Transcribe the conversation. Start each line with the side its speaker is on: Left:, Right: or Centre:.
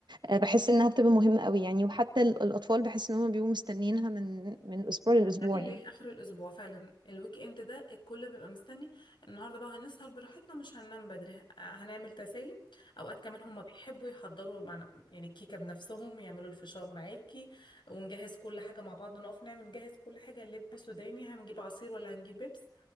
Right: آه، بحس انها بتبقى مهمة قوي يعني وحتى ال- الاطفال بحس ان هم بيبقوا مستنيينها من من اسبوع لاسبوع
Left: بالذات اللي
Right: يعني
Left: هي اخر الاسبوع فعلا الويك اند ده الكل بيبقى مستني النهارده بقى هنسهر براحتنا مش هننام بدري ه- هنعمل تسالي اوقات كمان هم بيحبوا يحضروا معنا يعني الكيكه بنفسهم يعملوا الفشار معاكي ونجهز كل حاجه مع بعض نقف نعمل نجهز كل حاجه لب سوداني هنجيب عصير ولا هنجيب بيبس